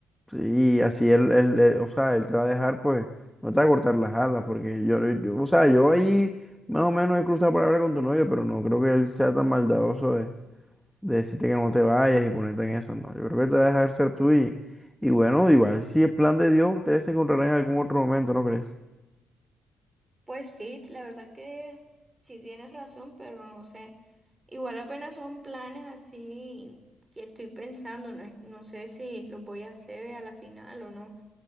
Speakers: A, in the centre; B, on the right.
A: Sí, así él, él, él, o sea, él te va a dejar, pues, no te va a cortar las alas, porque yo, yo- o sea, yo ahí más o menos he cruzado palabra con tu novio, pero no creo que él sea tan maldadoso de decirte que no te vayas y ponerte en eso, no. Yo creo que te va a dejar ser tú y, y bueno, igual si es plan de Dios, ustedes se encontrarán en algún otro momento, ¿no crees?
B: pues sí, la verdad es que sí tienes razón, pero no sé. Igual apenas son planes así que estoy pensando, no, es- no sé si los voy a hacer a la final o no.